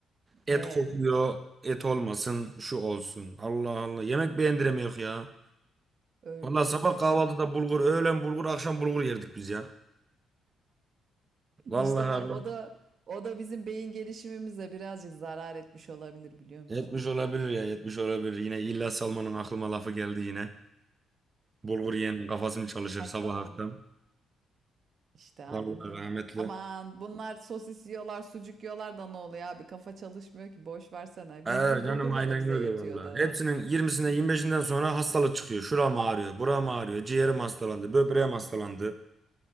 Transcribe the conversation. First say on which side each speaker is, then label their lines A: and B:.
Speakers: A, on the right (about 30°); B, on the right (about 55°).
A: Et
B: he
A: kokuyor, et olmasın, şu olsun. Allah Allah. Yemek beğendiremiyor ya.
B: öyle
A: Vallahi
B: öyle.
A: sabah kahvaltıda
B: Şimdi
A: bulgur, öğlen bulgur, akşam bulgur yerdik biz ya. Vallahi
B: İşte bak
A: abi.
B: o da o da bizim beyin gelişimimize birazcık zarar etmiş olabilir biliyor musun?
A: Yetmiş olabilir ya, yetmiş olabilir. Yine İlyas Salman'ın aklıma lafı geldi yine. Bulgur yiyenin kafası mı çalışır
B: Haklı
A: sabah
B: ama
A: akşam?
B: abi. İşte aynen
A: Vallahi
B: öyle.
A: rahmetli.
B: Aman bunlar sosis yiyorlar, sucuk yiyorlar da ne oluyor abi? Kafa çalışmıyor ki boş versene.
A: Ee,
B: Bizim
A: canım
B: bulgurla
A: aynen
B: da bize
A: öyle
B: yetiyordu.
A: vallahi. Hepsinin 20'sine 25'inden sonra hastalık çıkıyor. Şuram ağrıyor, buram ağrıyor, ciğerim hastalandı, böbreğim hastalandı.